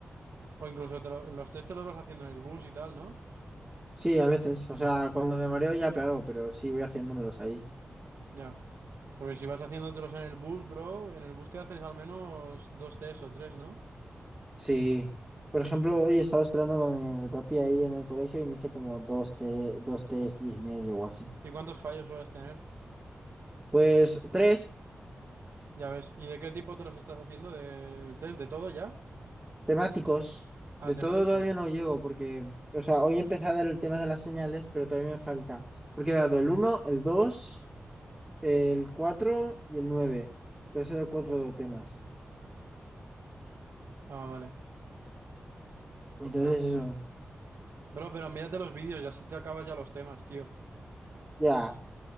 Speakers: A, on the right; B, in the centre.
A: O incluso te lo- los test te los vas haciendo en el bus y tal, ¿no?
B: Sí, a veces. O sea, cuando me mareo ya, claro, pero sí voy haciéndomelos ahí.
A: Ya. Porque si vas haciéndotelos en el bus, bro, en el bus te haces al menos dos test o tres, ¿no?
B: Sí. Por ejemplo, hoy estaba esperando con el papi ahí en el colegio y me hice como dos, te- dos test y medio o así.
A: ¿Y cuántos fallos sueles tener?
B: Pues tres
A: Ya ves. ¿Y de qué tipo te los estás haciendo? ¿De, de test? ¿De todo ya?
B: temáticos.
A: Ah,
B: De
A: temáticos.
B: todo todavía no llego porque, o sea, hoy empecé a dar el tema de las señales, pero todavía me falta. Porque he dado el uno el dos el 4 y el nueve Entonces he dado cuatro temas.
A: Ah, vale.
B: Entonces
A: Bueno.
B: eso,
A: Bro, pero mírate los vídeos y así te acabas ya los temas, tío.
B: ya,